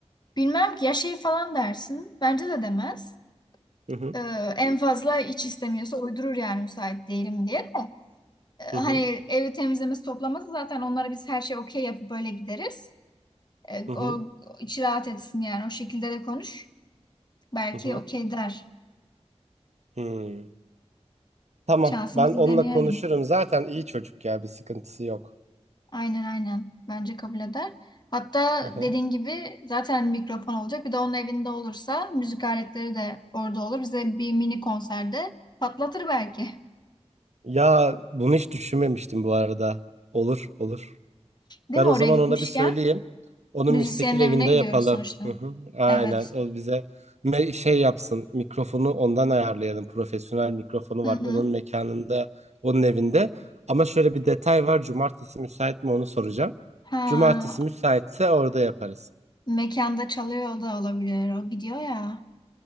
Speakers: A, on the left (about 40°); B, on the right (about 75°).
A: bilmem ki ya şey falan dersin. Bence de demez.
B: Hı hı
A: E, en fazla iç istemiyorsa uydurur yani müsait değilim diye de. E,
B: hı
A: hani
B: hı
A: evi temizlemesi toplaması zaten onlara biz her şey okey yapıp böyle gideriz. E,
B: hı hı.
A: o, içi rahat etsin yani. O şekilde de konuş. Belki
B: hı hı.
A: okey der.
B: Hmm. Tamam
A: Şansımızı
B: ben onunla
A: deneyelim.
B: konuşurum zaten iyi çocuk ya bir sıkıntısı yok.
A: Aynen aynen. Bence kabul eder. Hatta
B: Hı hı.
A: dediğin gibi zaten mikrofon olacak. Bir de onun evinde olursa müzik aletleri de orada olur. Bize bir mini konserde patlatır belki.
B: Ya bunu hiç düşünmemiştim bu arada. Olur olur.
A: Değil
B: Ben
A: mi
B: o
A: oraya
B: zaman
A: gitmişken?
B: ona bir söyleyeyim. Onu
A: Müzisyenin
B: müstakil evinde
A: evine gidiyoruz
B: yapalım.
A: sonuçta.
B: Hı hı. Aynen.
A: Evet.
B: O bize me- şey yapsın. Mikrofonu ondan ayarlayalım. Profesyonel mikrofonu
A: Hı
B: var.
A: hı.
B: Onun mekanında, onun evinde. Ama şöyle bir detay var. Cumartesi müsait mi onu soracağım.
A: Ha,
B: Cumartesi müsaitse orada yaparız.
A: mekanda çalıyor da olabilir. O gidiyor ya.